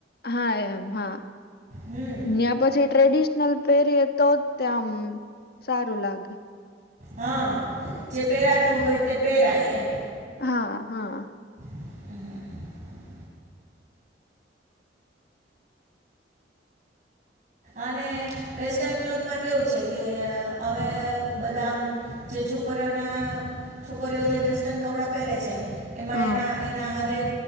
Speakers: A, on the left (about 60°); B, on the right (about 45°).
A: હા એમ હા
B: હમ
A: ન્યાય પછી ટ્રેડિશનલ. પહેરી એ તો ત્યા સારું લાગે.
B: હા જે પહેરાતું હોય તે પહેરાય એમ.
A: હા હા.
B: <inaudible> અને વેસ્ટન ક્લોથમાં કેવું છે કે હવે બદામ. છોકરીઓના છોકરીઓ જે વેસ્ટર્ન કપડાં પહેરે છે. એમાં
A: હા
B: એના એના હરેક